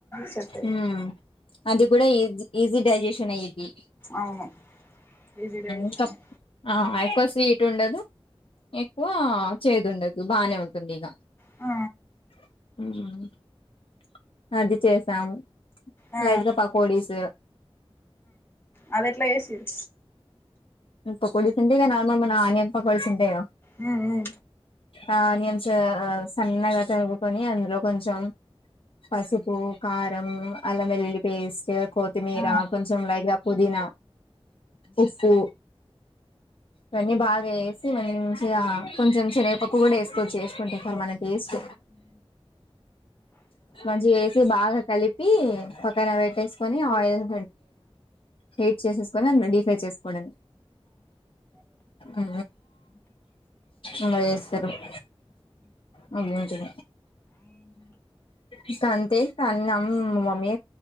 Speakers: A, on the left; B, on the left.
A: సెట్
B: ఉమ్ అది కూడా ఇస్ ఈజీ డైజెషన్ అయిద్ది
A: అవును ఈజీ డై్సేషన్
B: ఇంకా
A: అయి
B: ఆ ఎక్కువ స్వీట్ ఉండదు ఎక్కువ చేదు ఉండదు బానే ఉంటుంది ఇగ
A: ఆ
B: హు అది చేసాము
A: ఆ
B: లైట్ గ పకోడీస్
A: అది ఎట్లా ఏసిరు
B: పకోడీ తింటే నర్మల్ మన అనియన్ పకోడీస్ ఉంటాయిగా
A: ఉ ఉ
B: ఆ నేను చ సన్నగా తరుగుకొని అందులో కొంచెం పసుపు, కారం, అల్లం వెల్లి పేస్ట్, కొత్తిమీర,
A: ఆ
B: కొంచెం లైట్గా పుదీనా, ఉప్పు ఇవన్నీ బాగా వేసి మంచిగా కొంచెం శనగపకు కూడా వేసుకోచ్చి చేసుకుంటే సార్ మన టేస్ట్ మంచిగా వేసి బాగా కలిపి పక్కన పెట్టేసుకొని ఆయిల్ హీట్ చేసేసుకొని అ డీఫ్రై చేసుకోవడమే ఉ ఇలా చేస్తారు <unintelligible> అంట ఇక అంతే అన్న మమ్మీ